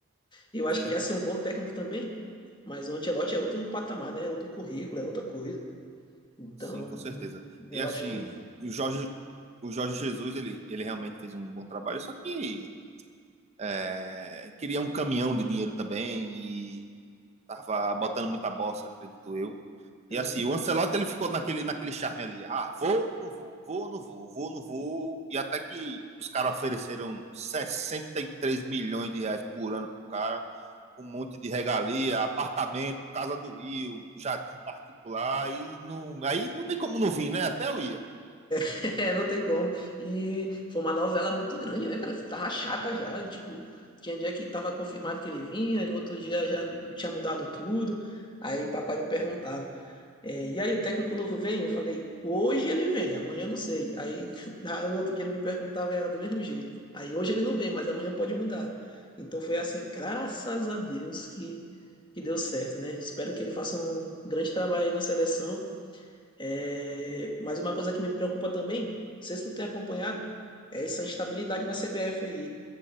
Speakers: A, on the left; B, on the right.
A: eu acho
B: sim,
A: que ele ia ser um bom técnico também. Mas o Ancelotti é outro patamar, né? É outro currículo, é outra coisa. Então,
B: sim, com certeza.
A: eu
B: E assim,
A: acho que.
B: o Jorge, o Jorge Jesus, ele, ele realmente fez um bom trabalho, só que é, queria um caminhão de dinheiro também e tava botando muita bossa, acredito eu. E
A: Uhum.
B: assim, o Ancelotti ele ficou naquele, naquele charme ali. Ah, vou, não vou, vou, não vou, vou, não vou. E até que os caras ofereceram 63 milhões de reais por ano pro cara, com um monte de regalia, apartamento, casa do Rio, jatinho particular, e não. Aí não tem como não vir, né? Até eu ia.
A: <laughs> É, não tem como. E foi uma novela muito grande, né, cara? Tava chata já. Tipo, tinha dia que tava confirmado que ele vinha, e no outro dia já tinha mudado tudo. Aí papai me perguntava:
B: Sim.
A: é, e aí o técnico novo vem? Eu falei: hoje ele vem, amanhã eu não sei. Aí <laughs> na- no outro dia ele me perguntava e era do mesmo jeito. Aí hoje ele não vem, mas amanhã pode mudar. Então foi assim, graças a Deus que, que deu certo, né? Espero que ele faça um grande trabalho aí na seleção é, mas uma coisa que me preocupa também, não sei se tu tem acompanhado, é essa instabilidade na CBF aí,